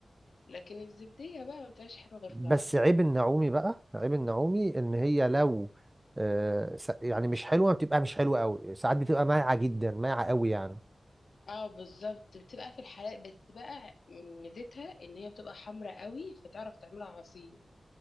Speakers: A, on the left; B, on the right.
A: لكن الزبدية بقى ما بتبقاش حلوة غير
B: بس
A: في العصير
B: عيب النعومي بقى عيب النعومي ان هي لو آه، س- يعني مش حلوة بتبقى مش حلوة قوي ساعات بتبقى مايعة جدا مايعة قوي يعني
A: اه بالظبط بتبقى في الحلال بس بقى ميزتها ان هي بتبقى حمرة قوي فتعرف تعملها عصير